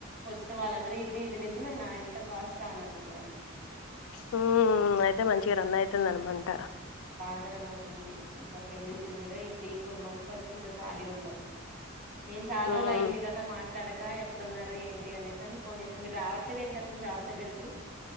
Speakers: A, on the right; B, on the left.
A: వచ్చిన వాళ్ళందరూ ఇది ఇది నిజమేనా ఇంత కాస్టా అని అంటున్నారు.
B: హ్మ్ అయితే మంచి రన్ అయి తుంది అనమంట.
A: ఇంగ రన్ అవుతుంది. ఇంక పెళ్లి సీజన్ గా ఈ త్రీ ఫోర్ మంత్స్ వరకు ఇంగ ఖాళీ ఉండం నేను చాలా రోజులు
B: ఉమ్
A: అయ్యింది కదా మాట్లాడక ఎట్లున్నారు ఏంటి అనేసి అని ఫోన్ చేస్తే మీరు రావట్లేదు ఏంటి అసలు షాప్ దగ్గరకి